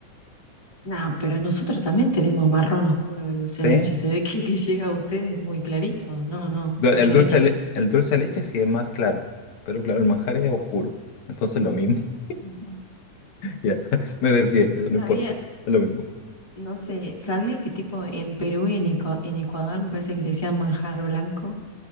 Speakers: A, on the left; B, on the left.
A: No, pero nosotros también tenemos marrón oscuro el dulce
B: Sí.
A: de leche. Se ve que el que llega a ustedes es muy clarito. No, no,
B: Du- El
A: mucha
B: dulce,
A: leche.
B: de le- el dulce de leche sí es más claro. Pero claro, el manjar es oscuro. Entonces lo mismo. <laughs>
A: Ujú.
B: Ya, me desvié, eso no importa.
A: Sabía,
B: Es lo mismo.
A: no sé, sabía que tipo en Perú y en, Ecu- en Ecuador me parece que le decían manjar blanco.